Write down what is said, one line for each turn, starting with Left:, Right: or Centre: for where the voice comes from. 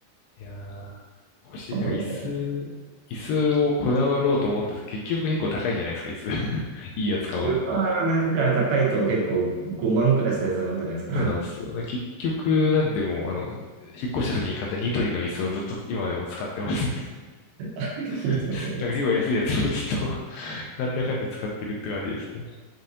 Left: いやー、腰、
Right: あとなんか、
Left: なんか椅子、椅子をこだわろうと思ったら結局結構高いじゃないですか、椅子。<laughs> いいやつ買おうと思うと。
Right: うわーなんか高いと結構5万くらいするやつもあるんじゃないですか。
Left: そうなんですよね。結局、なんでも、あの、引っ越した時に買ったニトリの椅子をずっと今でも使ってます。
Right: <laughs>
Left: <laughs>
Right: いいと思います。
Left: だから結構安いやつをずっと <laughs> なんだかんだ使ってるって感じですね。